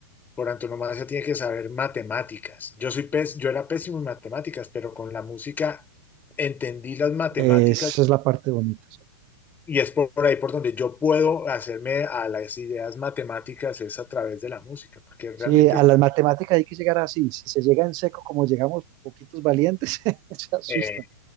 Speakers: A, on the left; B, on the right.
A: por antonomasia tiene que saber matemáticas. Yo soy pés- yo era pésimo en matemáticas, pero con la música entendí las matemáticas
B: esa es la parte bonita.
A: y es por, por ahí por donde yo puedo hacerme a las ideas matemáticas es a través de la música, porque realmente
B: Sí, a
A: es-
B: las matemáticas hay que llegar así. Si se llega en seco, como llegamos poquitos valientes, <laughs> se asustan.
A: eh,